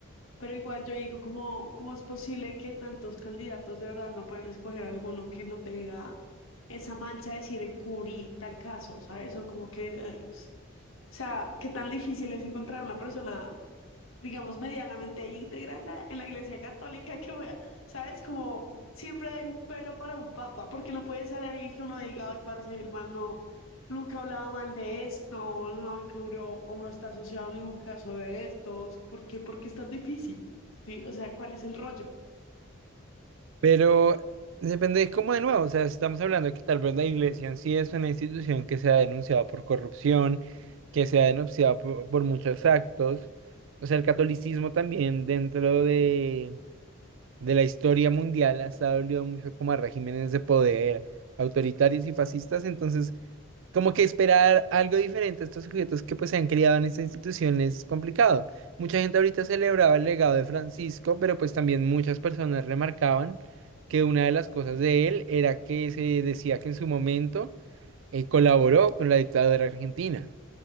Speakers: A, on the left; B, on the right.
A: Pero igual yo digo, ¿cómo, cómo es posible que tantos candidatos de verdad no puedan escoger alguno que no tenga esa mancha de decir encubrí tal caso, ¿sabes? O como que, eh, s- o sea, qué tan difícil es encontrar una persona digamos, medianamente íntegra en la, en la Iglesia Católica, que, wea, ¿sabes? Como siempre hay un pero para un papa, porque no puede ser alguien que uno diga, ay, parece el man no, nunca hablaba mal de esto, no cubrió o no está asociado a ningún caso de estos, ¿por qué? Porque es tan difícil, ¿sí? O sea, ¿cuál es el rollo?
B: Pero depende es como de nuevo, o sea, estamos hablando que tal vez la iglesia en sí es una institución que se ha denunciado por corrupción, que se ha denunciado por, por muchos actos. O sea, el catolicismo también dentro de, de la historia mundial ha estado unido mucho como a regímenes de poder autoritarios y fascistas. Entonces, como que esperar algo diferente a estos sujetos que pues se han criado en esta institución es complicado. Mucha gente ahorita celebraba el legado de Francisco, pero pues también muchas personas remarcaban que una de las cosas de él era que se decía que en su momento eh, colaboró con la dictadura argentina